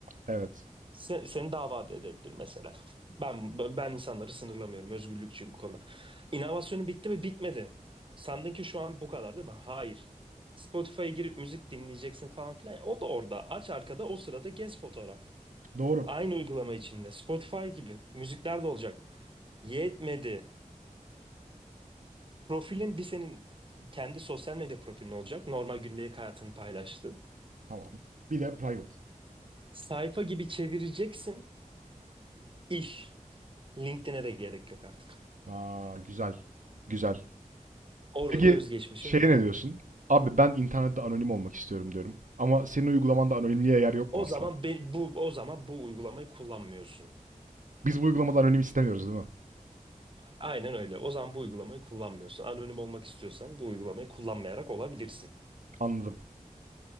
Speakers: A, on the right; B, on the right.
A: Evet.
B: se- seni dava da edebilir mesela. Ben ben insanları sınırlamıyorum, özgürlükçüyüm bu konuda. İnovasyonu bitti mi? Bitmedi. Sandın ki şu an bu kadar değil mi? Hayır. Spotify'a girip müzik dinleyeceksin falan filan. O da orada. Aç arkada o sırada gez fotoğraf.
A: Doğru.
B: Aynı uygulama içinde. Spotify gibi. Müzikler de olacak. Yetmedi. Profilin bir senin kendi sosyal medya profilin olacak. Normal gündelik hayatını paylaştığın.
A: Tamam. Bir de private.
B: Sayfa gibi çevireceksin iş. LinkedIn'e de gerek yok artık.
A: Aa, güzel. Güzel.
B: Orada
A: Peki
B: da özgeçmişim
A: şeye
B: falan.
A: ne diyorsun? Abi ben internette anonim olmak istiyorum diyorum. Ama senin uygulamanda anonimliğe yer yok
B: O
A: mu asla?
B: zaman be- bu o zaman bu uygulamayı kullanmıyorsun.
A: Biz bu uygulamada anonim istemiyoruz değil mi?
B: Aynen öyle. O zaman bu uygulamayı kullanmıyorsun. Anonim olmak istiyorsan bu uygulamayı kullanmayarak olabilirsin.
A: Anladım.